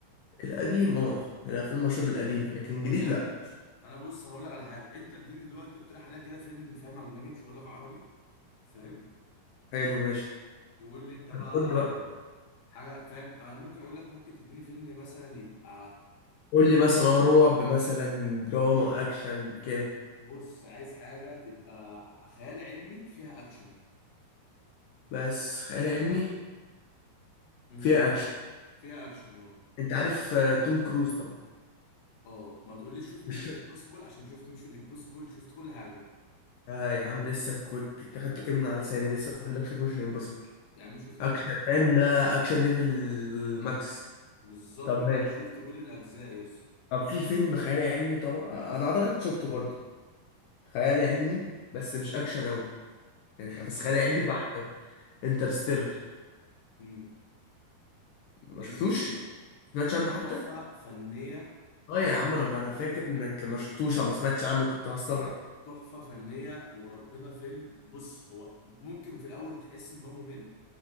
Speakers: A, on the left; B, on the left.
A: القديم اه يعني الافلام المشهور القديمه لكن
B: طب
A: جديد
B: يا عم
A: لا
B: ماشي انا بص انا هقول لك على حاجه انت اديني دلوقتي اقترح عليا كده فيلم فاهم اجنبي مش هقول لك عربي فاهم
A: حلو ماشي
B: وقول لي انت بقى
A: قول لي بقى
B: حاجه فاهم انا ممكن اقول لك ممكن تديني فيلم مثلا يبقى
A: قول لي مثلا آه، رعب مثلا دراما اكشن كده
B: بص عايز حاجه تبقى خيال علمي فيها اكشن
A: بس خيال علمي
B: امم
A: فيها اكشن
B: فيها اكشن اه
A: انت عارف آه، توم كروز طبعا
B: اه ما تقوليش شوف ميشن
A: مش
B: امبوسيبل عشان شفت ميشن امبوسيبل شفت كل حاجه
A: آه يا عم لسه كنت أنت خدت كلمة من على لساني لسه بقول لك شوف ميشن امبوسيبل
B: يا عم شفت
A: اكشن
B: اجزاء
A: فاهم ده اكشن ليفل ماكس
B: بالظبط
A: طب ماشي
B: لا شفت كل الاجزاء يس
A: طب في فيلم خيال علمي طبعا انا اعتقد شفته برضه خيال
B: اسمه
A: علمي بس مش اكشن قوي يعني خ-
B: اسمه
A: بس خيال
B: ايه
A: علمي بحت بقى انترستيلر
B: امم
A: ما
B: انترستيلر
A: شفتوش ما سمعتش عنه حتى
B: تحفه فنيه
A: اه يا عم انا انا فاكر انك ما شفتوش او ما سمعتش عنه كنت هستغرب
B: تحفه فنيه وربنا فيلم بص هو ممكن في الاول تحس ان هو ممل